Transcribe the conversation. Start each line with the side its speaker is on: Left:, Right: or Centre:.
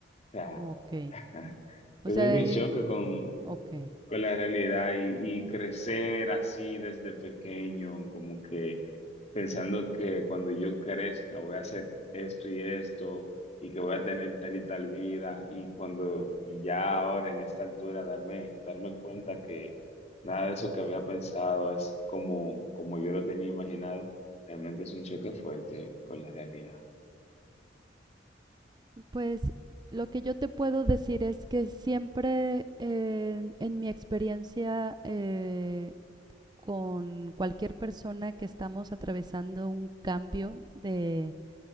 Left: sea,
Right: Ok.
Left: <laughs> ese
Right: O sea,
Left: es mi choque
Right: eh,
Left: con
Right: ok.
Left: con la realidad y, y crecer así desde pequeño, como que pensando que cuando yo crezca voy a hacer esto y esto y que voy a tener tal y tal vida y cuando y ya ahora en esta altura darme, darme cuenta que nada de eso que había pensado es como, como yo lo tenía imaginado, realmente es un choque fuerte con la realidad.
Right: Pues lo que yo te puedo decir es que siempre eh, en mi experiencia eh, con cualquier persona que estamos atravesando un cambio de